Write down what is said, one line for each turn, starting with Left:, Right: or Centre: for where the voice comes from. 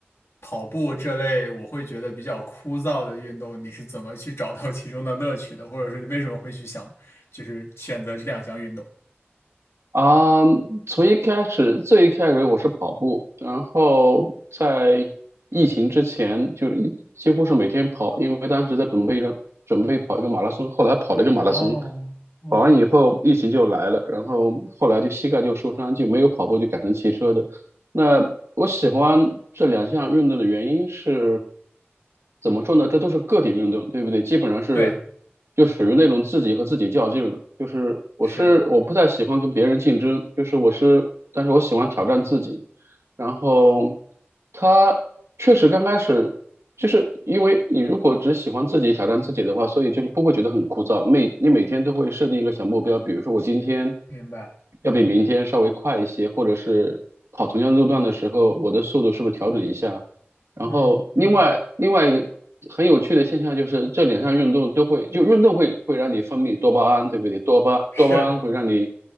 Left: 跑步这类，我会觉得比较枯燥的运动，你是怎么去找到其中的乐趣的？或者说你为什么会去想，就是选择这两项运动？
Right: 啊，从一开始，最一开始我是跑步，然后在疫情之前，就一几乎是每天跑，因为当时在准备让准备跑一个马拉松，后来跑了一个马拉松，
Left: 哦哦，
Right: 跑完以后疫情就来了，然后后来就膝盖就受伤，就没有跑步，就改成骑车的。那我喜欢这两项运动的原因是，怎么说呢？这都是个体运动，对不对？基本上是
Left: 对，
Right: 就属于那种自己和自己较劲了。就是我是我不太喜欢跟别人竞争，
Left: 是，
Right: 就是我是，但是我喜欢挑战自己。然后他确实刚开始就是因为你如果只喜欢自己挑战自己的话，所以就是不会觉得很枯燥。每你每天都会设定一个小目标，比如说我今天
Left: 明白，
Right: 要比明天稍微快一些，
Left: 嗯
Right: 或者是跑同样路段的时候，我的速度是不是调整一下？然后另外另外一个很有趣的现象就是，
Left: 嗯嗯
Right: 这两项运动都会，就运动会会让你分泌多巴胺，对不对？多巴多巴胺会让你
Left: 是，